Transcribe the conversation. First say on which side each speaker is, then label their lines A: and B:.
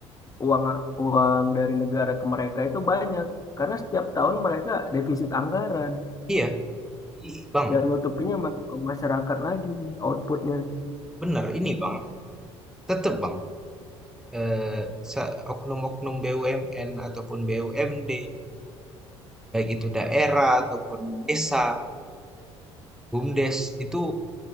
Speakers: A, on the left; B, in the centre.
A: uang uang dari negara ke mereka itu banyak karena setiap tahun mereka defisit anggaran
B: Iya, i- Bang,
A: yang nutupinya ma- masyarakat lagi outputnya
B: benar. Ini, Bang, tetap, Bang, eh, se- oknum-oknum BUMN ataupun BUMD, baik itu daerah ataupun desa, BUMDes, itu